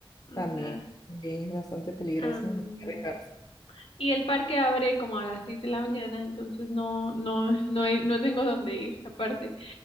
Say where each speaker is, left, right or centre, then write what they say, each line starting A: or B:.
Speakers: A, on the left (about 80°); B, on the left (about 45°).
A: O
B: También,
A: sea,
B: también es bastante peligroso
A: am,
B: no hay que arriesgarse.
A: Y el parque abre como a las seis de la mañana, entonces no, no, no, he- no tengo dónde ir, aparte.